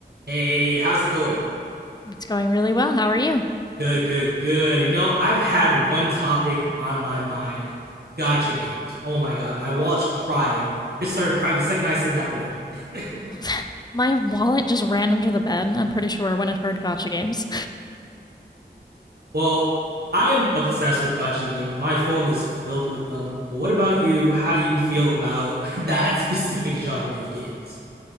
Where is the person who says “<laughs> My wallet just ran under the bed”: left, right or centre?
Left